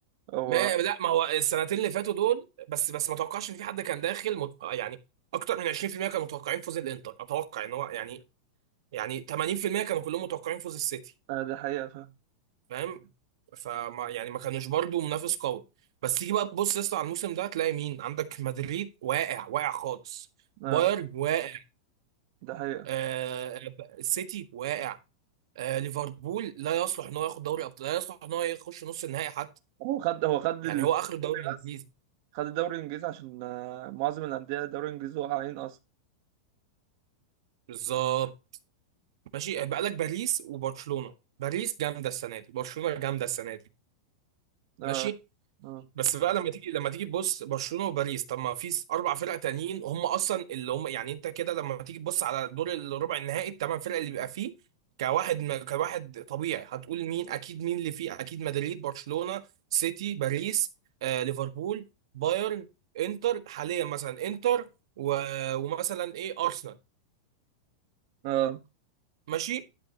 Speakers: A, on the right (about 50°); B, on the right (about 75°).
A: هو
B: ما لا ما هو السنتين اللي فاتوا دول بس بس ما توقعش ان في حد كان داخل مت... يعني اكتر من 20% كانوا متوقعين فوز الانتر اتوقع ان هو يعني يعني 80% كانوا كلهم متوقعين فوز السيتي
A: اه ده حقيقه فعلا
B: فاهم فما يعني ما كانوش برضو منافس قوي بس تيجي بقى تبص يا اسطى على الموسم ده تلاقي مين عندك مدريد واقع واقع خالص
A: اه
B: بايرن واقع
A: ده حقيقه
B: آه السيتي واقع آه ليفربول لا يصلح ان هو ياخد دوري ابطال لا يصلح ان هو يخش نص النهائي حتى
A: هو خد هو خد
B: يعني
A: الدوري
B: هو اخر الدوري الانجليزي
A: بس خد الدوري الانجليزي عشان آه، معظم الانديه الدوري الانجليزي واقعين اصلا
B: بالظبط ماشي بقى لك باريس وبرشلونة باريس جامده السنه دي برشلونه جامده السنه دي
A: اه
B: ماشي
A: آه.
B: بس بقى لما تيجي لما تيجي تبص برشلونه وباريس طب ما في س- اربع فرق تانيين هم اصلا اللي هم يعني انت كده لما تيجي تبص على دور الربع النهائي الثمان فرق اللي بيبقى فيه كواحد م- كواحد طبيعي هتقول مين اكيد مين اللي فيه اكيد مدريد برشلونه سيتي باريس آه ليفربول بايرن انتر حاليا مثلا انتر و... ومثلا ايه ارسنال
A: اه
B: ماشي